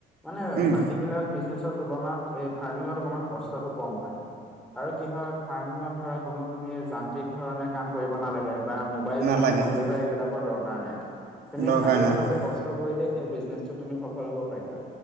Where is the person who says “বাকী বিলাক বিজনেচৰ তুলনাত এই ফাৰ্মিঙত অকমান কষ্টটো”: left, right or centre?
Centre